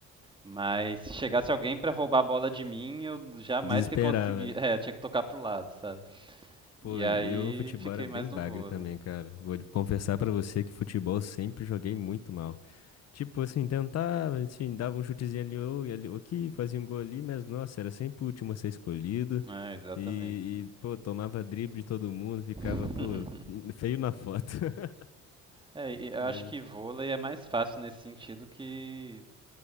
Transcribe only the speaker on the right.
mas se chegasse alguém pra roubar a bola de mim, eu jamais
que conseguia.
<laughs> É, eu tinha que tocar pro lado, sabe?
E aí
fiquei
mais no
vôlei.
É, exatamente.
<laughs>
É, e eu
acho que vôlei é mais fácil nesse sentido que